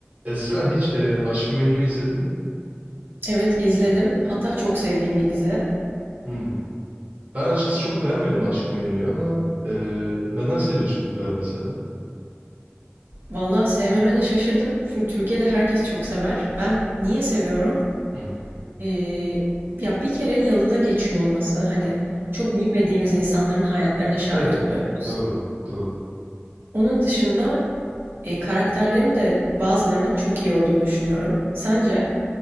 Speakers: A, on the right; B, on the right.
A: Esra hiç e, Aşk-ı Memnu'yu izledin mi?
B: Evet, izledim. Hatta çok sevdiğim bir dizi.
A: Hmm. Ben açıkçası çok beğenmedim Aşk-ı Memnu'yu ama e, neden seviyorsun bu kadar mesela?
B: Valla sevmemene şaşırdım. Çünkü Türkiye'de herkes çok sever. Ben niye seviyorum?
A: Hmm.
B: Ee, ya bir kere yalıda geçiyor olması. Hani çok bilmediğimiz insanların hayatlarına şahit
A: Evet.
B: oluyoruz.
A: Doğru, doğru.
B: Onun dışında e, karakterlerin de bazılarının çok iyi olduğunu düşünüyorum. Sence?